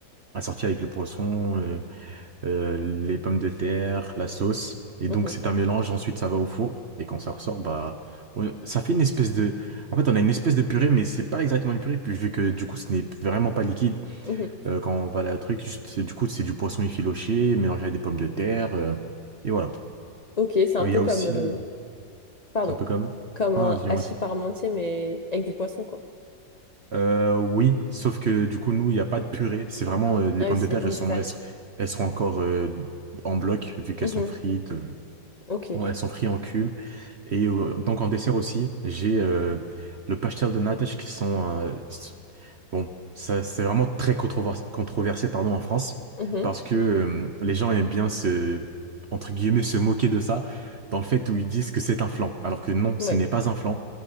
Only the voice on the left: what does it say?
mhm,
mhm.
Ok, c'est un
peu
comme,
euh, pardon,
comme un
hachis
parmentier, mais avec du poisson, quoi.
Ah
oui, c'est
des pommes
de
terre.
Mhm,
Ok.
Mhm,
Ouais.